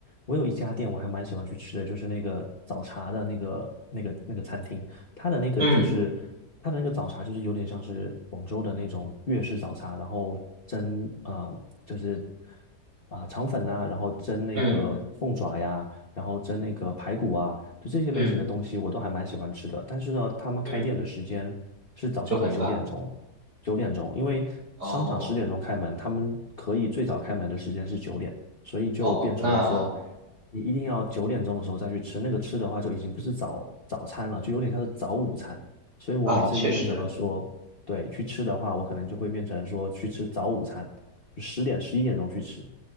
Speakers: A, on the left (about 35°); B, on the right (about 80°).
A: 我有一家店我还蛮喜欢去吃的，就是那个早茶的那个那个那个餐厅，它的那个就是它的那个早茶就是有点像是广州的那种粤式早茶，
B: 嗯
A: 然后蒸啊、呃就是啊、肠粉呐、然后蒸那个凤爪呀。
B: 嗯
A: 然后蒸那个排骨啊，就这些类型的东西我都还蛮喜欢吃的。
B: 嗯
A: 但是呢，他们开店的时间是早上的九点钟，
B: 嗯，就很晚。
A: 九点钟，因为商场十点钟开门，
B: 哦
A: 他们可以最早开门的时间是九点，所以就变成了说，
B: 哦，那
A: 你一定要九点钟的时候再去吃，那个吃的话就已经不是早早餐了，就有点像是早午餐。所以我每次就变成了说，
B: 啊，确实。
A: 对，去吃的话，我可能就会变成说去吃早午餐，十点十一点钟去吃。